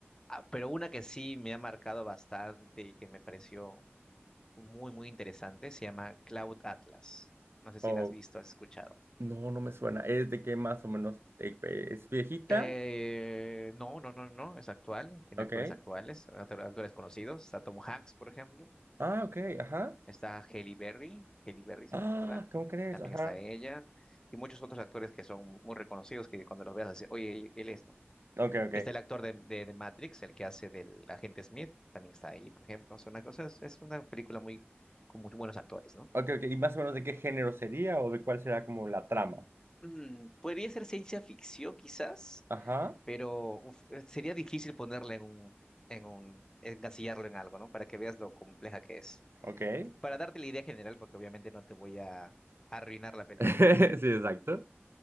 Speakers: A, on the left (about 15°); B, on the right (about 65°).
A: Ah, pero una que sí me ha marcado bastante y que me pareció muy, muy interesante se llama Cloud Atlas. No sé
B: ¿O
A: si la has visto, has escuchado.
B: no, no me suena? ¿Es de qué más o menos eh, es viejita?
A: Eh, no, no, no, no, es actual, tiene
B: Ok.
A: actores actuales, actor- actores conocidos, está Tom Hanks, por ejemplo.
B: Ah, ok, ajá.
A: Está Halle Berry, Halle Berry,
B: Ah,
A: ¿verdad?
B: ¿cómo crees?
A: También
B: Ajá.
A: está ella. Y muchos otros actores que son muy reconocidos que cuando los veas así, oye, él es, ¿no?
B: Ok, ok.
A: Está el actor de, de- de Matrix, el que hace del agente Smith, también está ahí, por ejemplo. Es una cosa, es una película muy, con muy buenos actores, ¿no?
B: Ok, ok. ¿Y más o menos de qué género sería o de cuál será como la trama?
A: Mm, podría ser ciencia ficción quizás,
B: Ajá.
A: pero uf, eh, sería difícil ponerle en un, en un, encasillarlo en algo, ¿no? Para que veas lo compleja que es.
B: Ok.
A: Para darte la idea general, porque obviamente no te voy a arruinar la película.
B: <laughs> Sí, exacto.